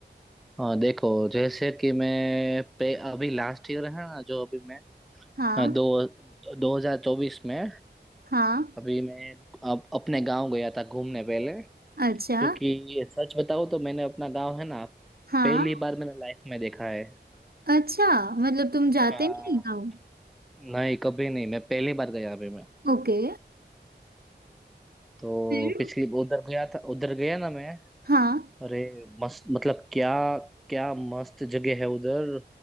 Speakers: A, in the centre; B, on the right.
A: हाँ देखो जैसे कि मैं पे अभी लास्ट ईयर है ना जो अभी मैं
B: हाँ
A: हाँ, दो 2024 में
B: हाँ
A: अभी मैं अप, अपने गांव गया था घूमने पहले
B: अच्छा
A: क्योंकि ये सच बताऊं तो मैंने अपना गांव है ना
B: हाँ
A: पहली बार मैंने लाइफ में देखा है
B: अच्छा मतलब तुम जाते
A: हाँ
B: नहीं गाँव
A: नहीं कभी नहीं मैं पहली बार गया अभी मैं
B: ओके
A: तो
B: फिर
A: पिछली उधर गया था उधर गया ना मैं
B: हाँ
A: अरे मस्त मतलब क्या क्या मस्त जगह है उधर